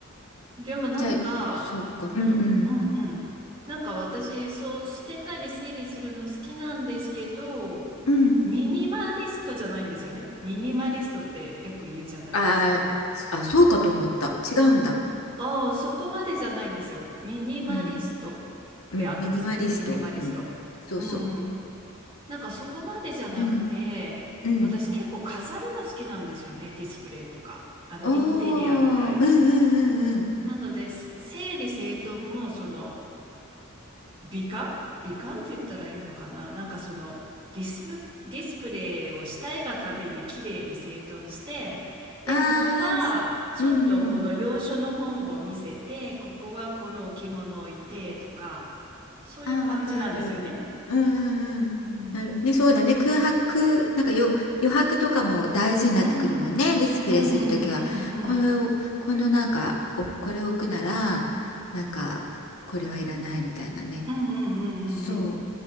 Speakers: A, on the right; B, on the left.
A: でもなんか、
B: じゃあ、そうか。うんうん。
A: うんうん。なんか私、そう、捨てたり整理するの好きなんですけど、
B: うん。
A: ミニマリストじゃないんですよね。ミニマリストってよく言うじゃないですか。
B: あーあ、そうかと思った。違うんだ。
A: ああ、そこまでじゃないんですよ。ミニマリストで合ってますよね。
B: うん。うん、ミニマリスト。
A: ミニマリスト。
B: うん。そうそう。
A: うんうん。なんかそこまでじゃなくて、
B: うん、うん。
A: 私結構飾るの好きなんですよね。ディスプレイとか、あのインテリアみたいな。
B: おー、うんうんうんうん。
A: なので、整理整頓もその、美観美観って言ったらいいのかななんかそのディスプ、ディスプレイをしたいがために綺麗に整頓して、で、
B: あ
A: ここはちょっとこの洋書の本を見せて、
B: ー、すうんうん。
A: ここはこの置物を置いてとか、そういう感じなんですよね。
B: あー、わかる。うんうんうん。
A: うん。
B: なる。ね、そうだね。空白、なんかよ、余白とかも大事になってくるもんね。
A: うんうん。
B: ディスプレイするときは。
A: うんうんうんうん。
B: これを、このなんか、お、これを置くなら、なんか、これはいらないみたいなね。
A: うんうんうんうんうん。
B: そう。